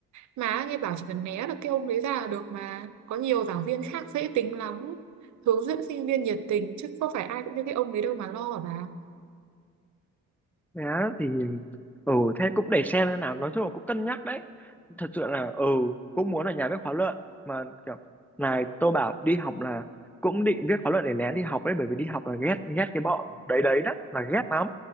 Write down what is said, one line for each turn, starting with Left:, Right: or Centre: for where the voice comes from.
Right: Mà nghe bảo chỉ cần né được cái ông đấy ra là được mà. Có nhiều giảng viên khác dễ tính lắm. Hướng dẫn sinh viên nhiệt tình chứ có phải ai cũng như cái ông đấy đâu mà lo hả bà.
Centre: Thế á, thì ừ thế cũng để xem thế nào nói chung là cũng cân nhắc đấy thật sự là ừ cũng muốn là nhà viết khóa luận mà kiểu này tôi bảo đi học là cũng định viết khóa luận để né đi học đấy bởi vì đi học là ghét ghét cái bọn đấy đấy đó là ghét lắm